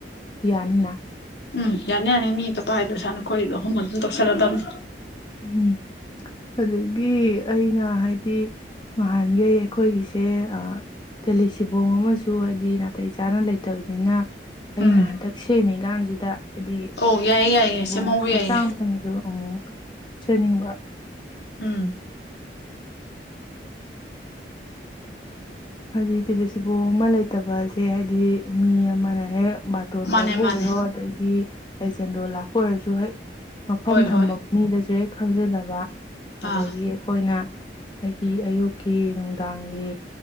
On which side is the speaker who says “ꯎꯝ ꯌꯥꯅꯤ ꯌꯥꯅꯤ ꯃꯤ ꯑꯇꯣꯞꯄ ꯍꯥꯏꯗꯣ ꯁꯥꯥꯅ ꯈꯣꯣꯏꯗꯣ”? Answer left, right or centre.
Left